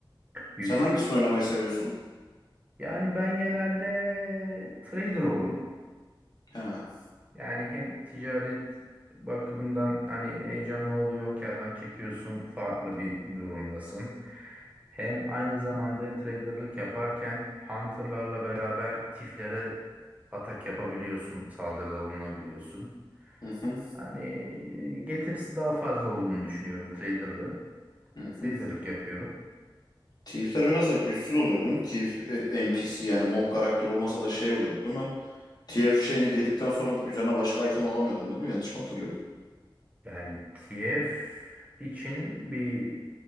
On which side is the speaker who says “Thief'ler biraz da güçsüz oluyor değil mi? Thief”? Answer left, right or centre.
Left